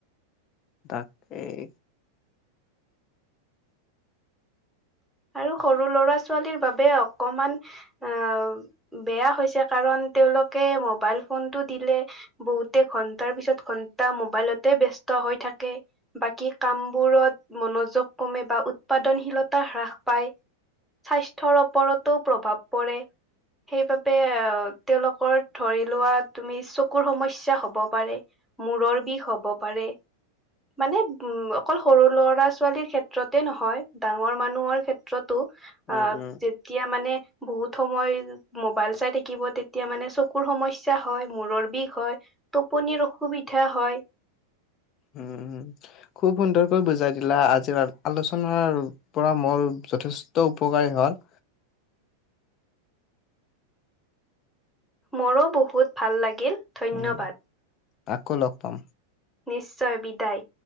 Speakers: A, on the left; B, in the centre.
A: তাকেই
B: আৰু সৰু ল'ৰা ছোৱালীৰ বাবে অকমান অহ বেয়া হৈছে কাৰণ তেওঁলোকে মোবাইল পাল ফোনটো দিলে বহুতে ঘন্টাৰ পিছত ঘন্টা মবাইলতে বিস্ত হৈ থাকে তে বাকী কাম বোৰত মনোযোগ কমে বা উৎপাদনশীলতা হ্ৰাস পাই স্বাস্থ্যৰ ওপৰতো প্ৰভাৱ পৰে সেইবাবে তেওঁলোকৰ ধৰি লোৱা তুমি চকুৰ সমস্যাৰ হব পাৰে মূৰৰ বিষ হব পাৰে মানে উ অকল সৰু লৰা ছোৱালীৰ ক্ষেত্ৰতে নহয় ডাঙৰ মানুহৰ ক্ষেতত তাতোযেতিয়া
A: উম, উম,
B: মানে বহুত সময় মোবাইল চাই থাকিব তেতিয়া মানে চকুৰ সমস্যাৰ হয় মূৰৰ বিষ হয় টোপনিৰ অসুবিধা হয়
A: উম, খুব সুন্দৰকৈ বুজাই দিলা আজি কিবা আলোচনাৰ পৰা মোৰ যথেষ্ট উপকাৰী হল
B: মোৰো বহুত ভাল লাগিল ধন্যবাদ
A: উম, আকৌ লগ পাম
B: নিশ্চয় বিদায়